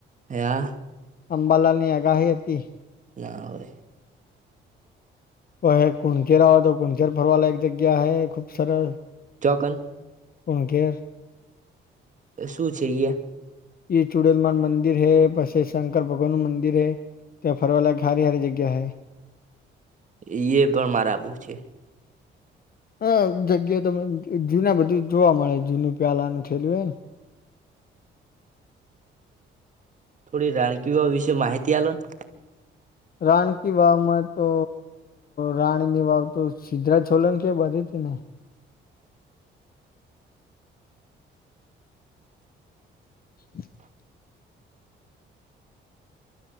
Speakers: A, on the right (about 40°); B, on the left (about 50°).
A: એયા.
B: અંબાલાલ ની આગાહી હતી.
A: ના આવે.
B: ઓ હ કુણચેર આવ તો કુણચેર ફરવાલાયક એક જગ્યા હ ખૂબ સરસ.
A: ચોકન
B: કુણઘેર.
A: શું છે ઈયા?
B: ઈ ચુડેલમાનું મંદિર હૈ, પછી શંકર ભગવાનનું મંદિર હૈ. ત્યા ફરવા લાયક હારી હારી જગ્યા હૈ.
A: ઈયે પણ મારાબુ છે.
B: હ જગ્યા તમને જૂના બધું જોવા મળે જૂનું પ્યાલાનું થયેલું હોય ને.
A: થોડી રાણકી વાવ વિશે માહિતી આલોને.
B: રાણકી વાવમાં તો રાણીની વાવ તો સિદ્ધરાજ છોલંકી બાધી હતી ને? <inaudible>